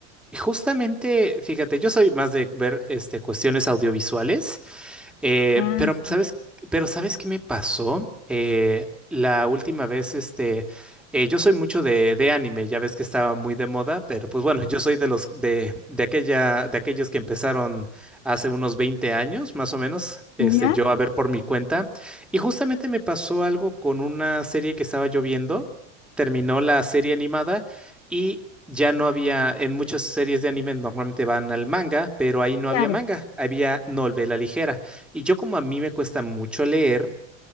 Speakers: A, in the centre; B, on the left.
A: Justamente, fíjate, yo soy más de ver este, cuestiones audiovisuales, eh,
B: Ah,
A: pero ¿sabes,
B: sí.
A: pero ¿sabes qué me pasó? Eh, la última vez, este, eh, yo soy mucho de, de anime, ya ves que estaba muy de moda, pero pues bueno, yo soy de los de, de aquella, de aquellos que empezaron hace unos 20 años, más o menos, este,
B: ¿Ya?
A: yo a ver por mi cuenta. Y justamente me pasó algo con una serie que estaba yo viendo. Terminó la serie animada y ya no había, en muchas series de anime normalmente van al manga, pero ahí no
B: Claro.
A: había manga, había novela ligera. Y yo como a mí me cuesta mucho leer,